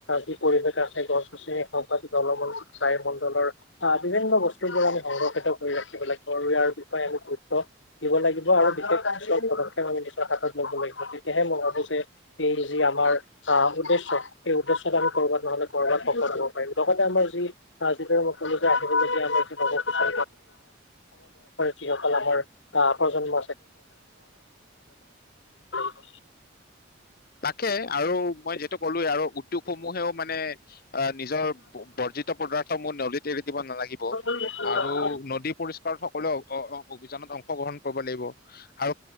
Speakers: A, on the left; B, on the left.
A: যি পৰিৱেশ আছে গছ-গছনি হক বা জলমণ্ডল, বায়ুমণ্ডলৰ- অ, বিভিন্ন বস্তু বোৰ আমি সংৰক্ষিত কৰি ৰাখিব লাগিব আৰু ইয়াৰ বিষয়ে আমি গুৰুত্ব দিব লাগিব আৰু বি- সুচিয়াৰ পদক্ষেপ আমি নিজৰ হাতত ল'ব লাগিব তেতিয়াহে মই ভাবো যে এই যি আমাৰ। অ উদ্দেশ্য সেই উদ্দেশ্য আমি ক'ৰবাত নহ'লে কৰ'ৰবাত সফল হব পাৰিম লগতে আমাৰ যি, আহ যিটো। আহিবলগীয়া আমাৰ যুব সমবৰ্ষৰ যিসকল আমাৰ অহা প্ৰজন্ম <unintelligible>
B: তাকে আৰু মই যিহেটো ক'লোৱে আৰু উদ্যোগ সমূহেও মানে আহ, নিজৰ বৰ্জিত পদাৰ্থসমূহ নদীত এৰি দিব নালাগিব
A: লাগিব
B: আৰু নদী পৰিষ্কাৰত সকলোৱে অভিযানত অংশ। অংশগ্ৰহণ কৰিব লাগিব আৰু